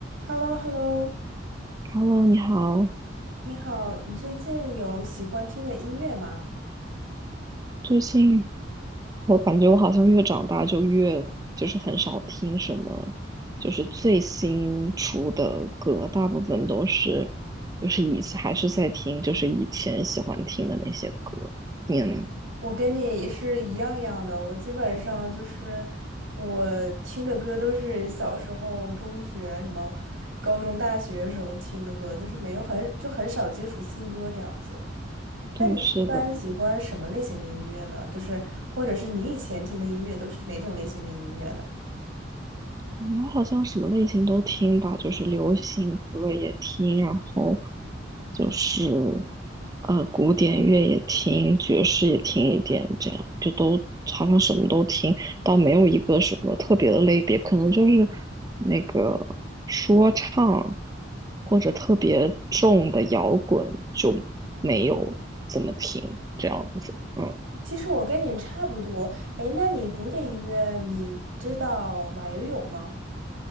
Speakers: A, on the right; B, on the right.
A: h e l l o h e l l o
B: Hello，你好。
A: 你好，你最近有喜欢听的音乐吗？
B: 最近我感觉我好像越长大就越就是很少听什么，就是最新出的歌，大部分都是就是以还是在听就是以前喜欢听的那些歌。你呢？
A: 我跟你是一样样的，我基本上就是我听的歌都是小时候、中学、什么高中、大学时候听的歌，就是没有很就很少接触新歌这样子。
B: 对，
A: 那你一般喜欢什么类型的音乐呢？
B: 是的。
A: 就是或者是你以前听的音乐都是哪种类型的音乐呢？
B: 我好像什么类型都听吧，就是流行歌也听，然后就是呃古典乐也听，爵士也听一点，这样就都好像什么都听，倒没有一个什么特别的类别，可能就是那个说唱或者特别重的摇滚就没有怎么听这样子。嗯
A: 其实我跟你差不多，哎，那你古典音乐你知道马友友吗？